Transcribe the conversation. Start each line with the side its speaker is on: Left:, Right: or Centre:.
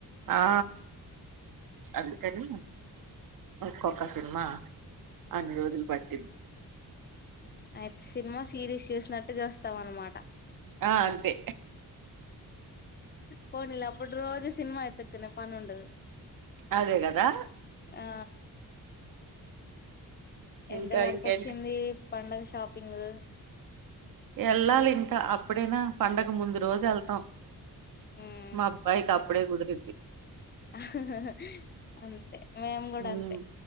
Right: ఆ అందుకని ఒక్కొక్క సినిమా అన్ని రోజులు బట్
Left: అయిత్ సినిమా సిరీస్ చూసినట్టు చూస్తాం అనమాట
Right: ఆ అంతే
Left: పోనీలే అప్పుడు రోజు సినిమా ఎత్తుకునే పనుండదు.
Right: అదే కదా
Left: ఆ ఎంతవరకొ
Right: ఇంకా ఇంకేంటి
Left: కోచ్చింది పండగ షాపింగు
Right: యేళ్ళాలి ఇంకా అప్పుడేనా పండగ ముందు రోజు ఏళ్తాం.
Left: మ్మ్
Right: మా అబ్బాయిక్ అప్పుడే గుదిర్రిద్ది
Left: ఆహా అంతే మేము గూడా
Right: ఉమ్,
Left: అంతే